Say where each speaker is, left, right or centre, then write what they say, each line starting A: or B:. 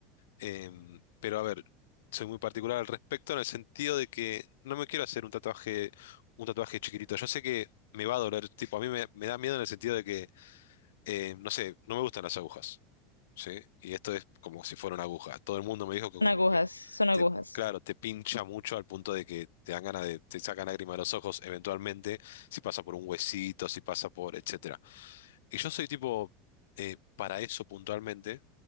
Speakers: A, on the left (about 65°); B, on the left (about 85°).
A: Em, pero a ver, soy muy particular al respecto en el sentido de que no me quiero hacer un tatuaje, un tatuaje chiquitito. Yo sé que me va a doler, tipo, a mí me, me da miedo en el sentido de que, eh, no sé, no me gustan las agujas, ¿sí? Y esto es como si fuera una aguja. Todo el mundo me dijo que como
B: Son agujas,
A: que
B: son
A: te,
B: agujas.
A: claro, te pincha mucho al punto de que te dan ganas de, te sacan lágrimas de los ojos eventualmente, si pasa por un huesito, si pasa por, etcétera. Y yo soy tipo, eh, para eso puntualmente